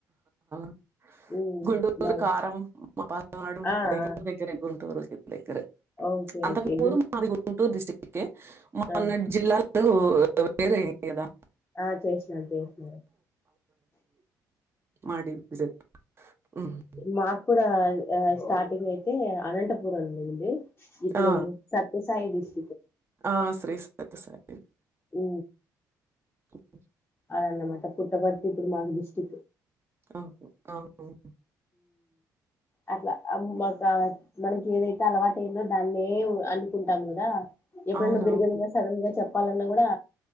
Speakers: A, on the right (about 25°); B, on the left (about 20°).
A: <inaudible>
B: ఉమ్
A: గుంటూరు
B: బాయ్
A: కారం మా పల్నాడు
B: ఆ
A: దగ్గర
B: ఆ
A: దగ్గర గుంటూరు దగ్గరే
B: ఓకే
A: అంతకు
B: ఓకే
A: ముందు మాది గుంటూరు డిస్టిక్ కే మొన్నట్
B: ఆ
A: జిల్లా లు వేరే కదా
B: ఆ చేసినాడు చేసినడు
A: మ విజ <unintelligible>
B: మాకు కూడా స్టార్టింగ్ అయితే అనంతపురం ఉంది ఇప్పుడు
A: ఆ!
B: సత్య సాయి డిష్ట
A: ఆ శ్రీస్ సత్య సాయి
B: ఊ
A: ఓకే
B: అన్నమాట పట్టప్పర్టిప్పుడు మా డిస్ట్
A: అవును. అవును.
B: అట్లా అబ ఆ మనకి ఏదైతే అలవాటు ఏందో దాన్నే అనుకుంటాం కదా ఎప్పుడు
A: అవునవును.
B: <unintelligible> సడన్ గా చెప్ప వాళ్ళని కూడా